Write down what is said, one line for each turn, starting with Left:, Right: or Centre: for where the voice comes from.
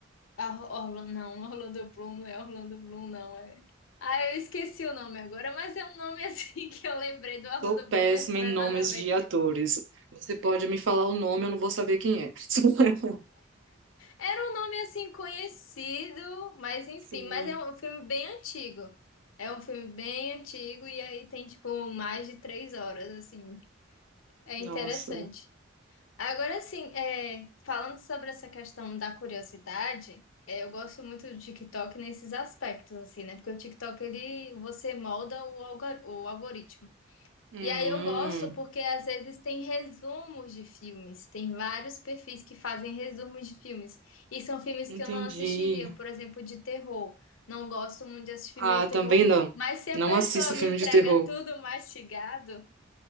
Left: Orlando, não, <laughs> Orlando Bloom, não é Orlando Bloom, não, é. Ah, eu esqueci o nome agora, mas é um nome assim <laughs> que eu lembrei do Orlando
Right: Sou péssima
Left: Bloom, mas não
Right: em
Left: é
Right: nomes
Left: nada a ver.
Right: de atores. Você pode me falar o nome, eu não vou saber quem é. <laughs>
Left: Era um nome assim conhecido, mas enfim,
Right: Sim,
Left: mas é um filme bem antigo. É um filme bem antigo e aí tem tipo mais de três horas, assim. É
Right: nossa.
Left: interessante. Agora sim, é, falando sobre essa questão da curiosidade, é, eu gosto muito do TikTok nesses aspectos, assim, né? Porque o TikTok, ele, você molda o, algor- o algoritmo.
Right: Hum,
Left: E aí eu gosto porque às vezes tem resumos de filmes, tem vários perfis que fazem resumos de filmes. E são filmes
Right: entendi.
Left: que eu não assistiria, por exemplo, de terror. Não gosto muito de assistir
Right: Ah,
Left: filme de terror.
Right: também não.
Left: Mas se a
Right: Não
Left: pessoa
Right: assisto filme
Left: me entrega
Right: de terror.
Left: tudo mastigado,